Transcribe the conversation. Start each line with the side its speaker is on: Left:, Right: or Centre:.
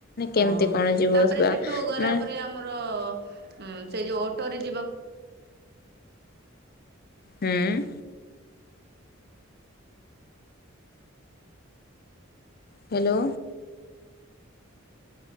Right: ହଁ
Left: କେମିତି
Right: ହ
Left: କଣ ଯିବ
Right: ତାପରେ
Left: ବା
Right: ସେଠୁ ଗଲା
Left: ମା
Right: ପରେ ଆମର ଉ ସେ ଯୋଉ। ଷ୍ଟୋରେ ଯିବ।
Left: ହୁଁ ହ୍ୟାଲୋ